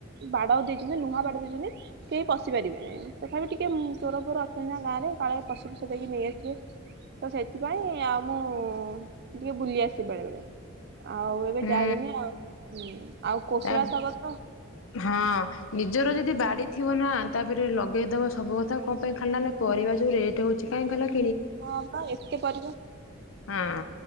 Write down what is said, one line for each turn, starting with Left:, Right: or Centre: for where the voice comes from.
Right: ବାଡ଼ ଦେଇଛନ୍ତି ଲୁହା ବାଡ଼ ଦେଇଛନ୍ତି କେହି ପଶି ପାରିବେନି ତଥାପି ଟିକେ ଚୋର ଫୋର ଅଛନ୍ତି ନା ଗାଁରେ କାଳେ ପଶି ଫଷ ଦେଇକି ନେଇଆସିବେ। ତ ସେଥିପାଇଁ ଆଉ ମୁଁ ଟିକେ ବୁଲି ଆସିବ ବେଳେ ବେଳେ ଆଉ ଏବେ
Left: ହୁଁ
Right: ଯାଇନି ଆଉ। ହୁଁ ଆଉ କୋଶଳା
Left: ତା
Right: ଶାଗ ତ
Left: ହଁ ନିଜର ଯଦି ବାଡି। ଥିବ ନା ତାପରେ ଲଗେଇଦେବା ସବୁ କଥା କଣ ପାଇଁ ଖାା ନା ପରିବା ଯେଉଁ ରେଟ୍ ହେଉଛି କାହିଁ ଖିଲ
Right: ହଁ ବା ଏତେ ପରମା
Left: ହଁ